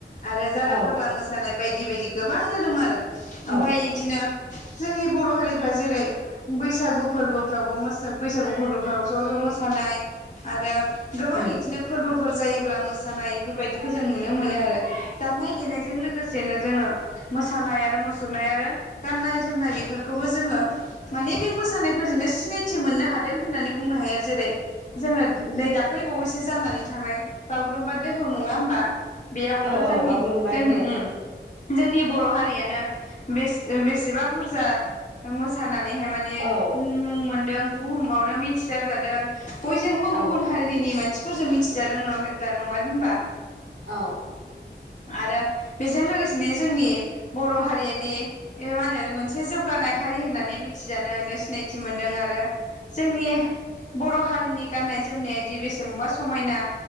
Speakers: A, on the left (about 40°); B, on the right (about 80°).
A: आरो जारा
B: औ
A: फाग्ला मोसानाय बायदि बायदि गोबांनो दं आरो ओमफ्राय
B: औ
A: इदिनो जोंनि बर' हारिफ्रा जेरै बैसागु फोरबोफ्रावबो मोसा बैसागु फोरबोफ्राव ज, ज मोसानाय आरो गोबां
B: उम
A: इदिनो फोरबो फोर जायोल्बा मोसानाय बेफोर बायदिखौ जों नुनो मोनो आरो। दामनाय देनायजों लोगोसेनो जोङो मोसानाय आरो मुुरनाय आरो गाननायनाय जोमनाय इफोरखौबो जोङो माने मोसानायफोरजोंनो सिनायथि मोन्नो हा दों होननानै बुंनो हायो जेरै जोङो नै दाख्लैबावैसो जानानै थांनाय बागुरुम्बा दोहौ नङा होमबा बेयावबोथ
B: औ
A: जोंनि
B: औ बागुरुम्बा
A: ओम जोंनि
B: दोहौ
A: जोंनि बर'हारियानो। बेसे बेसेबा बुरजा मोसाना नैहाय माने
B: औ
A: मुं मुं मोनदों। बुहु मावनो मिथिसार जादों। बयजोंबो
B: औ
A: गुबुन हारिनि मान खाथिफोरजों मिथिजादों दा नङादों होनबा।
B: औ।
A: आरो बेजों लोगोसेनो जोंनि बर' हारियाद मा होनो मोनसे जौगानाय हारि होननानै मिथिजानो मोनदों सिनायथि मोनदों आरो जोंनि बर'हारिनि गाननाय जोमनायाद बेसेबांबा समायना